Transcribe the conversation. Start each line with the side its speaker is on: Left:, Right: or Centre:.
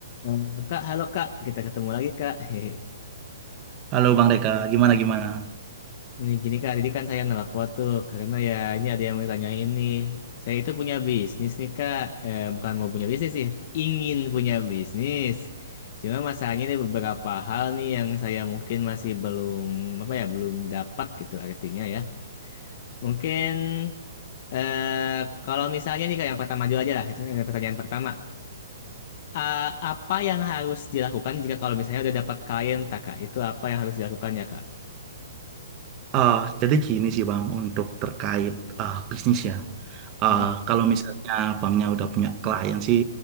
Left: Eh, Kak, halo Kak, kita ketemu lagi Kak. Hehe.
Right: Halo Bang Reka, gimana gimana?
Left: Ini gini Kak, tadi kan saya nelpon tuh karena ya ini ada yang mau tanya ini. Saya itu punya bisnis nih Kak, eh, bukan mau punya bisnis sih, ingin punya bisnis. Cuma masalahnya ada beberapa hal nih yang saya mungkin masih belum apa ya, belum dapat gitu artinya ya. Mungkin eh kalau misalnya nih Kak, yang pertama dulu aja lah, eh, pertanyaan pertama. Eh, apa yang harus dilakukan jika kalau misalnya udah dapat klien, tak, Kak? Itu apa yang harus dilakukan ya, Kak?
Right: Ah, jadi gini sih Bang, untuk terkait ah, bisnis ya. Ah,
Left: Mm-mm,
Right: kalau misalnya Bangnya udah punya klien sih,